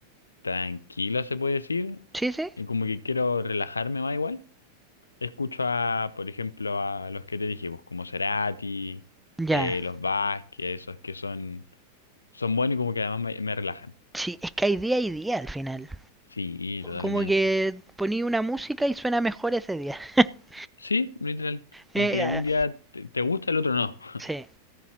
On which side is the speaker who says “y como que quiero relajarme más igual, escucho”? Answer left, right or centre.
Left